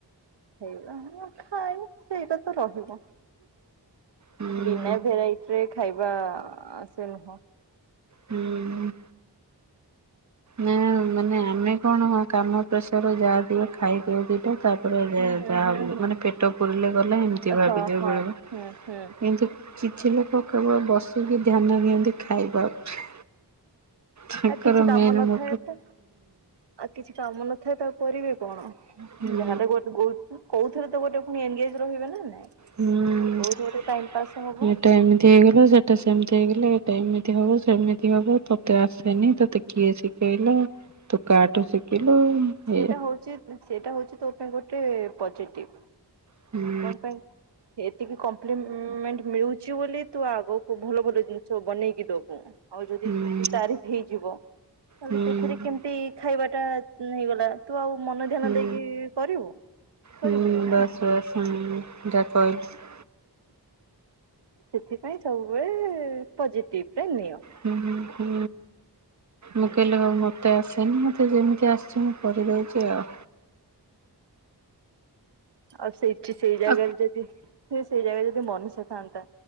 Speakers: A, on the right (about 80°); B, on the right (about 45°).
A: <unintelligible> ଖାଇ ସେଇଟା ତ ରହିବ।
B: ହୁଁ
A: ବିନା ଭେରାଇଟିରେ ଖାଇବା ଆସେନି।
B: ହୁଁ। ନା ମାନେ ଆମେ କଣ ହଁ କାମ ପ୍ରେସର ଯାହା ଦିଅ ଖାଇଦିଉ। ତାପରେ
A: ହୁଁ
B: ଯାହା
A: ହୁଁ ହୁଁ ହୁଁ
B: ମାନେ ପେଟ ପୁରିଲେ ଗଲେ ଏମ୍ତି ଭାବିଦିଅଉ
A: ହଁ ହଁ
B: <unintelligible>
A: ହୁଁ ହୁଁ।
B: କିନ୍ତୁ କିଛି ଲୋକ କେବଳ ବସିକି ଧ୍ୟାନ ଦିଅନ୍ତି ଖାଇବାକୁ। ତାଙ୍କର
A: ଆଉ କିଛି କାମ
B: ମେନ୍
A: ନଥାଏ
B: <inaudible>
A: ତ ଆଉ କିଛି କାମ ନଥାଏ ତାକୁ କରିବେ କଣ,
B: ହୁଁ
A: ଯାହାତ ଗୋଟ୍ ଗୋ କୋଉଥେରେ ତ ଗୋଟେ ପୁଣି ଏନ୍ଗେଜ୍ ରହିବେ ନାଇଁ।
B: ହୁଁ
A: କୋଉଠି ଗୋଟେ ଟାଇମ ପାସ୍ ହବ
B: ଏଟା ଏମ୍ ତି ହେଇଗଲା ସେଟା ସେମ୍ତି ହେଇଗଲା, ଏଇଟା ଏମିତି ହବ ସେମିତି ହବ ତତେ ଆସେନି ତତେ କିଏ ଶିଖେଇଲା, ତୁ କାହାଠୁ ଶିଖିଲୁ?
A: ସେଇଟା
B: ଏଇଆ।
A: ହଉଚି ସେଇଟା ହଉଚି ତୋ ପାଇଁ ଗୋଟେ ପଜିଟିଭ୍।
B: ହୁଁ।
A: କଣ ପାଇଁ ଏତିକି କମ୍ପ୍ଲିମେଣ୍ଟ ମିଳୁଚି ବୋଲି ତୁ ଆଗକୁ ଭଲ ଗୋଟେ ଜିନିଷ ବନେଇକି ଦବୁ। ଆଉ ଯଦି
B: ହୁଁ
A: ତାରିଫ ହେଇଯିବ ତାହେଲେ
B: ହୁଁ
A: ସେଥିରେ କେମ୍ତି ଖାଇବା ଟା ହେଇଗଲା? ତୁ ଆଉ ମନ ଧ୍ୟାନ
B: ହୁଁ
A: ଦେଇକି କରିବୁ
B: ହୁଁ
A: କରିବୁନି ନା।
B: ବାସ୍ ବାସ୍ ହୁଁ <unintelligible> କହିଲୁ।
A: ସେଥିପାଇଁ ସବୁବେଳେ ପଜେଟିଭରେ ନିଅ।
B: ହଁ-ହୁଁ
A: ହୁଁ
B: ମୁଁକିଲ ହଉ <unintelligible> ମତେ ଆସେନି ମତେ ଯେମିତି ଆସିଛି ମୁଁ କରିଦେଉଛି ଆଉ।
A: ଆଉ ସେଇଠି ସେଇ ଜାଗାରେ
B: ଆ
A: ଯଦି ସେଇ ଜାଗା ଯଦି ମନୁଷ୍ୟ ଥାନ୍ତା